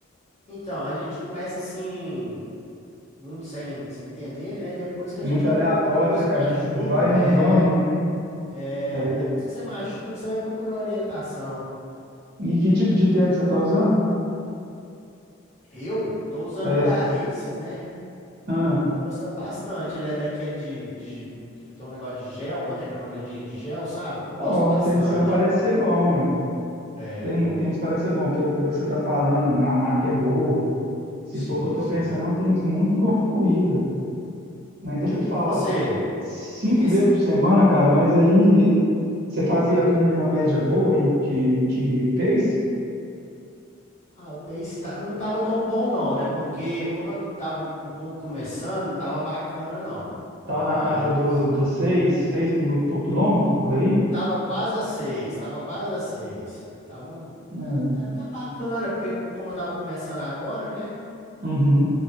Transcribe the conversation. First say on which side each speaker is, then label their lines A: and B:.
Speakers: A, on the left; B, on the right.
A: então a gente começa assim, muito sem, sem entender, né? E depois que
B: Muito
A: a gente vai
B: aleatório,
A: procurar, depois
B: né?
A: que
B: Que
A: machuca,
B: a gente vai
A: é,
B: no vamos, né?
A: é,
B: É.
A: é depois que você machuca que você vai procurar orientação.
B: E que tipo de tênis você está usando?
A: Eu tô usando
B: É.
A: um da Aces, né?
B: Ah.
A: Eu tô gostando bastante. Ele é daquele de, de que ele tem um negócio de gel, uma tecnologia de gel, sabe? Gosto
B: Ó,
A: bastante.
B: o tênis seu parece ser bom, hein?
A: É
B: Tênis-
A: bom.
B: O tênis parece ser bom, pelo, pelo que você está falando, a marca é boa. Se
A: Sim,
B: for o que eu estou
A: sim.
B: pensando, é um tênis muito bom para corrida. Mas deixa eu te falar,
A: E você?
B: cinco
A: Fiquei,
B: vezes por semana, cara, mas aí você fazia com uma média boa aí de, de pace?
A: Ah, o Pace não tava tão bom não, né? Porque como eu tava um pouco começando, não tava bacana não. Mas
B: Tava na casa do, dos seis, seis minutos por quilômetro, por aí?
A: tava quase a 6, tava quase a 6. Tava um-
B: É.
A: tá, tá, tá bacana, porque como eu tava começando agora, né?
B: Uhum.